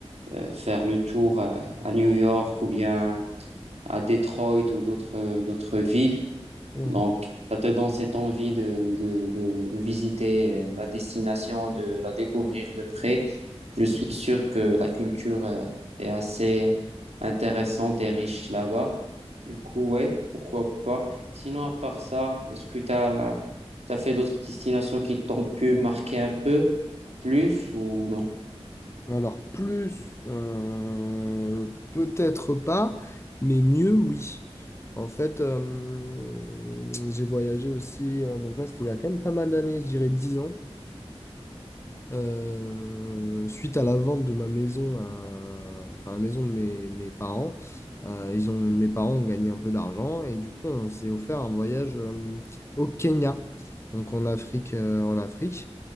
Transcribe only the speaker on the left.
Mhm.
Alors, plus, euh, peut-être pas, mais mieux, oui. En fait, euh, j'ai voyagé aussi, euh, donc là, c'était il y a quand même pas mal d'années, je dirais 10 ans, euh, suite à la vente de ma maison, à- enfin, la maison de mes, mes parents. euh, ils ont, mes parents ont gagné un peu d'argent et du coup, on s'est offert un voyage euh, au Kenya, donc en Afrique, euh, en Afrique.